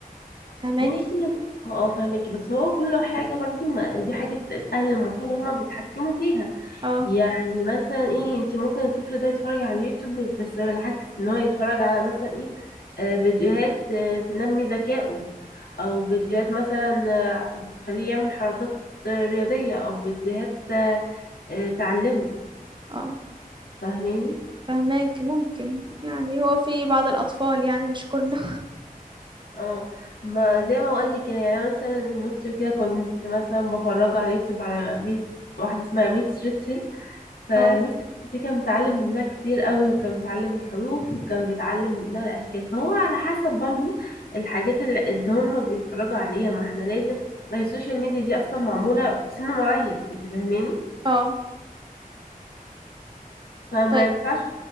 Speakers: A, on the right (about 30°); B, on the left (about 90°).
A: فاهماني
B: بصي اه فاهمك بس هو كل حاجه برضو ما دي حاجات الاهل المفروض هم بيتحكموا فيها
A: اه
B: يعني مثلا ايه انت ممكن الطفل ده يتفرج على اليوتيوب بس بالعكس ان هو يتفرج على مثلا ايه آه، فيديوهات آه، تنمي ذكائه او فيديوهات مثلا آه، بتخليه يعمل حركات آه، رياضية او فيديوهات آه، آه، تعلمه
A: اه
B: فاهماني
A: فهماك ممكن يعني هو في بعض الأطفال يعني مش كله
B: اه ما زي ما بقول لك كده يعني أنا مثلا ابن اختي كده كنت مثلا بفرجه على اليوتيوب على ميس واحده اسمها ميس ريتشل فميس
A: اه
B: ريتشل دي كان بيتعلم منها كتير قوي وكان بيتعلم الحروف وكان بيتعلم منها الاشكال فهو على حسب برضو الحاجات اللي, اللي هم بيتفرجوا عليها ما احنا لازم ما هي السوشيال ميديا دي اصلا معموله بسن معين انت فاهماني
A: اه
B: فما
A: طيب
B: ينفعش